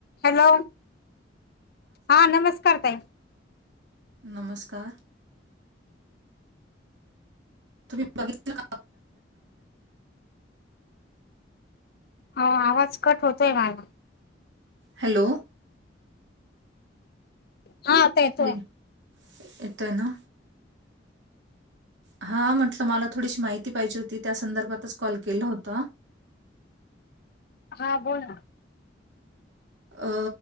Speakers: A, on the left (about 55°); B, on the right (about 80°).
A: Hello हा नमस्कार ताई,
B: नमस्कार तुम्ही बघित
A: हो आवाज कट होतोय. माझा -
B: हॅलो,
A: हा येतोय
B: ह येतय ना, हा म्हटलं मला थोडीशी माहिती पाहिजे होती त्या संदर्भातच कॉल केला होता.
A: हा बोला,
B: अ